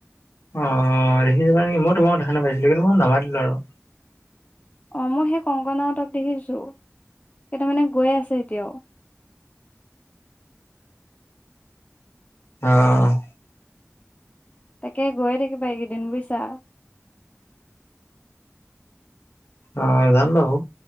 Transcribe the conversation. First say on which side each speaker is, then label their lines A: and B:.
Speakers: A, on the left; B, on the left.
A: অঁ দেখিছিলা নেকি, মই তোমাক দেখা নিছিনা পাইছিলো কিন্তু মই নামাতিলো আৰু।
B: অঁ মই সেই কংকনাৱতক দেখিছোঁ, কেইটামানে গৈ আছে এতিয়াও।
A: অঁ'
B: তাকে গৈয়ে থাকিবা এইকেইদিন বুইছা।
A: অ যাম বাওঁ